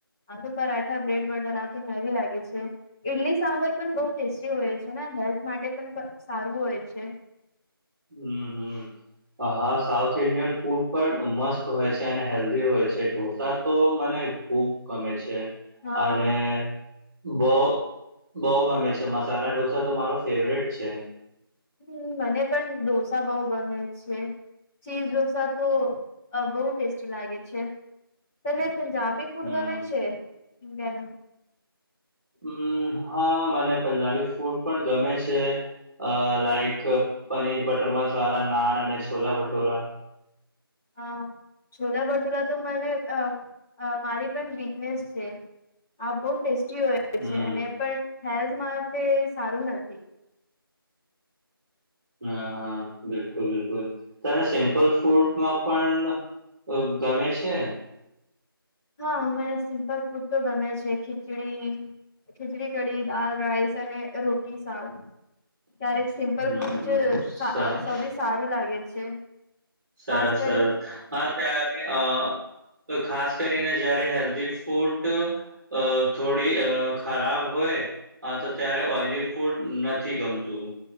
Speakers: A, in the centre; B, on the right.
A: આલુ પરાઠા બ્રેડ બર્ટર આ તો હેવી લાગે છે. ઇડલી સાંભર પણ બોવ ટેસ્ટી હોય છે, ને હેલ્થ માટે પણ સારું હોય છે.
B: હમ હમ. હા સાઉથ ઇન્ડિયન ફૂડ પણ મસ્ત હોય છે, અને હેલ્ધી હોય છે, ઢોસા તો મને ખુબ ગમે છે
A: હા
B: અને બહુ બહુ ગમે છે. મસાલાઢોસા તો મારો ફેવરેટ છે.
A: હમ મને પણ દો બઉ ગમે છે ચીઝ ઢોસા તો બહુ ટેસ્ટી લાગે છે. તને પંજાબી ફૂડ
B: હમ
A: ગમે છે ઇન્ડિયા નુ
B: હમ હા મને પંજાબી ફૂડ પણ ગમે છે. અ લાઈક પનીર બટર મસાલા નાન અને છોલા ભટૂરા.
A: હ છોલા ભટુરા તો મને અ અ મારી પણ વીકનેસ છે. આ બહુ ટેસ્ટી હોય
B: હમ
A: છે અને પણ હેલ્થ માટે સારું નથી.
B: હા હ બિલકુલ બિલકુલ તને સિમ્પલ ફૂડમાં પણ ગમે છે
A: હા મને સિમ્પલ ફૂડ તો ગમે છે ખીચડી. ખીચડી કડી દાલ રાઈસ અને રોટી શાક ક્યારેક. સિમ્પલ
B: હમ
A: ફૂડ જે
B: સ-
A: સૌથી સારું લાગે છે.
B: સરસ
A: ખાસ
B: સરસ
A: કરી
B: હા ત્યારે અ તો ખાસ કરીને જયારે હેલ્ધી ફૂટ અ થોડી અ ખરાબ હોય. હા તો ત્યારે ઓઈલી ફૂડ નથી ગમતું